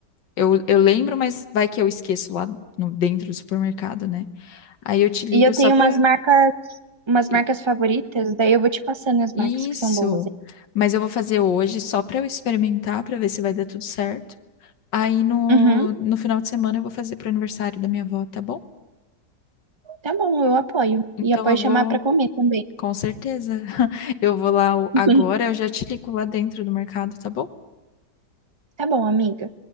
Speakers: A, on the left; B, on the right.
A: Eu, eu lembro, mas vai que eu esqueço lá no, dentro do supermercado, né? Aí eu te ligo
B: E eu tenho
A: só pra.
B: umas marcas, umas marcas
A: I-
B: favoritas, daí eu vou te passando as
A: Isso.
B: marcas que são boas.
A: Mas eu vou fazer hoje só pra eu experimentar, pra ver se vai dar tudo certo. Aí no,
B: aí. Uhum,
A: no final de semana eu vou fazer pro aniversário da minha avó, tá bom?
B: tá bom, eu apoio.
A: Então
B: E apoio
A: eu vou,
B: chamar pra comer também.
A: com certeza. <laughs> Eu vou lá o-
B: <laughs>
A: agora, eu já te ligo lá dentro do mercado, tá bom?
B: Tá bom, amiga.